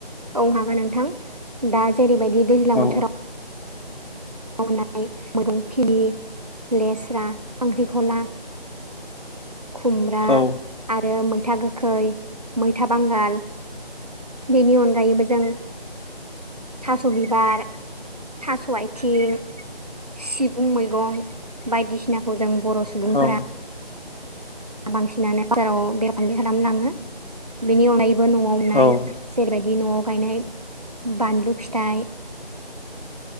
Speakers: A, on the right; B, on the left.
A: औ हागोन नोंथां दा जेरैबायदि दैज्लां
B: औ
A: बोथोराव मावनाय <unintelligible> लेस्रा खांख्रिखला खुमब्रा
B: औ
A: आरो मैथा गोखै मैथा बांगाल बेनि अनगायैबो जों थास' बिबार थास' आथिं सिबुं मैगं बायदिसिनाखौ जों बर' सुबुंफोरा
B: औ
A: बांसिनानो बाजाराव बेफार फांलांगि खालामनो लाङो बेनि अनगायैबो न'आव मोननाय
B: औ
A: जेरैबायदि न'आव गायनाय बानलु फिथाइ